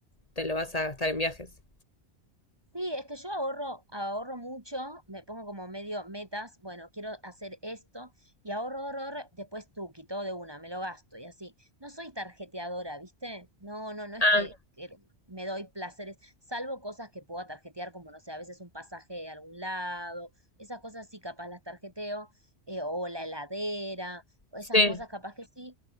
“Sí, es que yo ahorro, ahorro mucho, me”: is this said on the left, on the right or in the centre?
Right